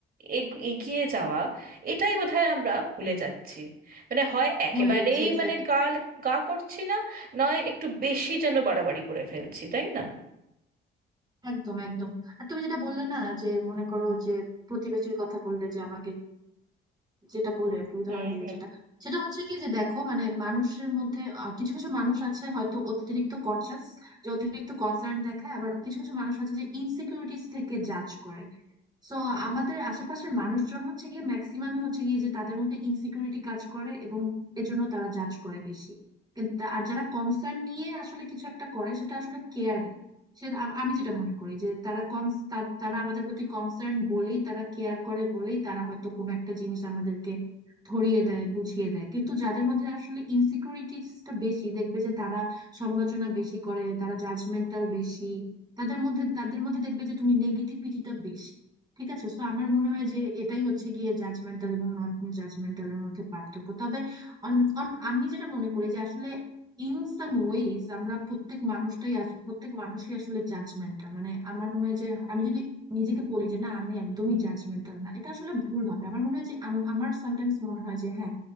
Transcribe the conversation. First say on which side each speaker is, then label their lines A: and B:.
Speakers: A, on the right; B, on the right.
A: এগ- এগিয়ে যাওয়া এটাই বোধহয় আমরা ভুলে যাচ্ছি মানে হয় একেবারেই
B: ভুলে যাচ্ছি এক্স্যাক্টলি
A: মানে গাল গা করছি না নয় একটু বেশি যেন বাড়াবাড়ি করে ফেলছি তাই না
B: একদম একদম আর তুমি যেটা বললে না যে মনে করো যে প্রতিবেশীর কথা বললে যে আমাকে যেটা বললে আর কি, উদাহরণ
A: হুম
B: দিলে
A: হুম
B: যেটা সেটা হচ্ছে কি যে দেখো মানে মানুষের মধ্যে আহ, কিছু কিছু মানুষ আছে হয়তো অতিরিক্ত কনসিয়াস যে অতিরিক্ত কনসার্ন দেখায় আবার কিছু কিছু মানুষ আছে যে ইনসিকিউরিটিস থেকে জাজ করে সো আমাদের আশেপাশের মানুষজন হচ্ছে গিয়ে ম্যাক্সিমামই হচ্ছে গিয়ে যে তাদের মধ্যে ইনসিকিউরিটি কাজ করে এবং এজন্য তারা জাজ করে বেশি কিন্তু তা- আর যারা কনসার্ন নিয়ে আসলে কিছু একটা করে সেটা আসলে কেয়ারই সে আ- আমি যেটা মনে করি যে তারা কম তারা আমাদের প্রতি কনসার্ন বলেই তারা কেয়ার করে বলেই তারা হয়তো কোনো একটা জিনিস আমাদেরকে ধরিয়ে দেয় বুঝিয়ে দেয় কিন্তু যাদের মধ্যে আসলে ইনসিকিউরিটিসটা বেশি দেখবে যে তারা সমালোচনা বেশি করে তারা জাজমেন্টাল বেশি তাদের মধ্যে তাদের মধ্যে দেখবে যে তুমি নেগেটিভিটিটা বেশি ঠিক আছে তো আমার মনে হয় যে এটাই হচ্ছে গিয়ে জাজমেন্টাল এবং নন জাজমেন্টালের মধ্যে পার্থক্য তবে অন- অন- আমি যেটা মনে করি যে আসলে ইন সাম ওয়েজ আমরা প্রত্যেক মানুষটাই আসলে প্রত্যেক মানুষই আসলে জাজমেন্টাল মানে আমার মনে হয় যে আমি যদি নিজেকে বলি যে না আমি একদমই জাজমেন্টাল না এটা আসলে ভুল হবে আমার মনে হয় যে আম- আমার সামটাইমস মনে হয় যে হ্যাঁ